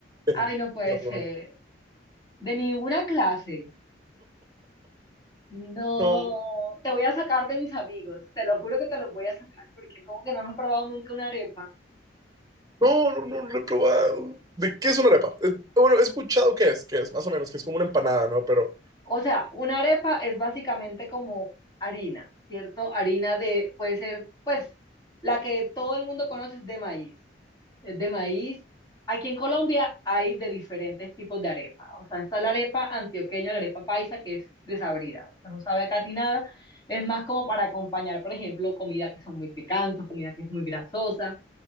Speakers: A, on the right; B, on the left.
A: Eh,
B: Ay, no puede
A: ¿la
B: ser.
A: probaste?
B: De ninguna clase. No,
A: no,
B: te voy a sacar de mis amigos, te lo juro que te los voy a sacar, porque como que no hemos probado nunca una arepa.
A: no, no, no, lo he probado. ¿De qué es una arepa? Eh, bueno, he escuchado qué es, qué es, más o menos, que es como una empanada, ¿no? Pero
B: O sea, una arepa es básicamente como harina, ¿cierto? Harina de, puede ser, pues, la que todo el mundo conoce es de maíz. Es de maíz. Aquí en Colombia hay de diferentes tipos de arepa. O sea, está la arepa antioqueña, la arepa paisa, que es desabrida, o sea, no sabe a casi nada. Es más como para acompañar, por ejemplo, comida que son muy picantes, comida que es muy grasosa